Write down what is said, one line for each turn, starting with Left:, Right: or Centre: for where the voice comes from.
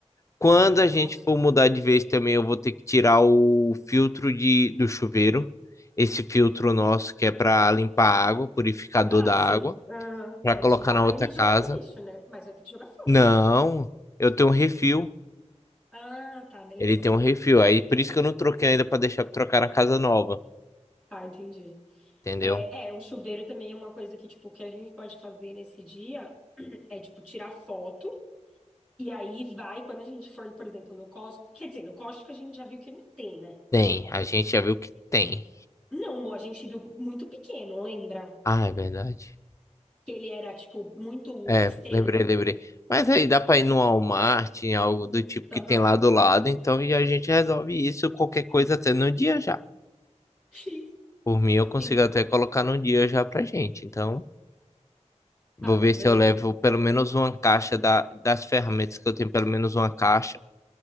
Left: Quando
Centre: aham.
Left: a gente for mudar de vez também, eu vou ter que tirar o filtro de, do chuveiro. Esse filtro nosso que é para limpar a água, purificador
Centre: Ah,
Left: da
Centre: sim.
Left: água,
Centre: Aham.
Left: para
Centre: É,
Left: colocar
Centre: tirar
Left: na outra
Centre: e jogar
Left: casa.
Centre: no lixo, né? Mas vai ter que jogar fora,
Left: Não,
Centre: né?
Left: eu tenho um refil.
Centre: Ah, tá, beleza.
Left: Ele tem um refil. Aí por isso que eu não troquei ainda para deixar para trocar na casa nova,
Centre: Tá, entendi.
Left: entendeu?
Centre: É, é, o chuveiro também é uma coisa que, tipo, que a gente pode fazer nesse dia <clears throat> é, tipo, tirar foto e aí vai, quando a gente for, por exemplo, no Costco. Quer dizer, no Costco a gente já viu que não tem, né?
Left: Tem, a gente já viu que tem.
Centre: Não, amor, a gente viu muito pequeno, lembra?
Left: Ah, é verdade.
Centre: Que ele era, tipo, muito
Left: É,
Centre: estreito.
Left: lembrei, lembrei. Mas aí dá para ir no Walmart, em algo do tipo que
Centre: Aham.
Left: tem lá do lado, então e a gente resolve isso, qualquer coisa até no dia já.
Centre: X.
Left: Por mim, eu consigo
Centre: Sim.
Left: até colocar num dia já pra gente. Então, vou
Centre: Tá, não,
Left: ver
Centre: beleza.
Left: se eu levo pelo menos uma caixa da, das ferramentas que eu tenho, pelo menos uma caixa